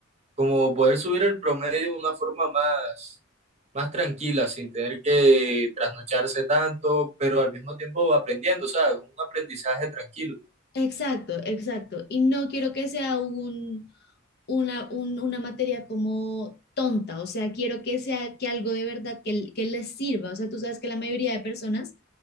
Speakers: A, on the right (about 30°); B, on the left (about 50°).
A: como poder subir el promedio de una forma más, más tranquila, sin tener que trasnocharse tanto, pero al mismo tiempo aprendiendo, o sea, un aprendizaje tranquilo.
B: Exacto, exacto. Y no quiero que sea un, una, un- una materia como tonta, o sea, quiero que sea que algo de verdad que, que les sirva. O sea, tú sabes que la mayoría de personas,